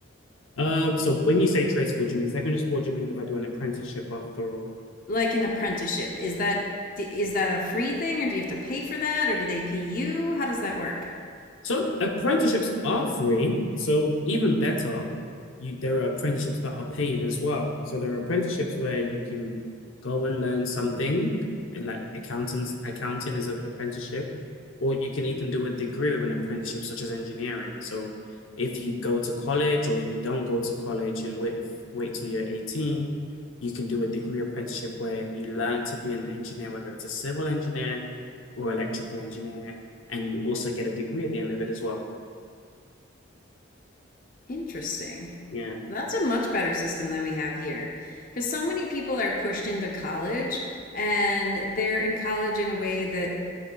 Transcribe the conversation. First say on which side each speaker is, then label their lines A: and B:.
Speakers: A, on the left (about 75°); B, on the left (about 40°).
A: Um, so when you say trade school, do you mean secondary school? Do you mean if I do an apprenticeship after all?
B: like an apprenticeship is that is that a free thing or do you have to pay for that or do they pay you how does that work
A: So apprenticeships are free. So even better, you there are apprenticeships that are paid as well. So there are apprenticeships where you can go and learn something, and like accountants, accounting is an apprenticeship, or you can even do a degree with an apprenticeship, such as engineering. So if you go to college or if you don't go to college and wait if, wait till you're 18, you can do a degree apprenticeship where you learn to be an engineer, whether it's a civil engineer or electrical engineer and you also get a degree at the end of it as well.
B: interesting
A: Yeah.
B: that's a much better system than we have here because so many people are pushed into college and they're in college in a way that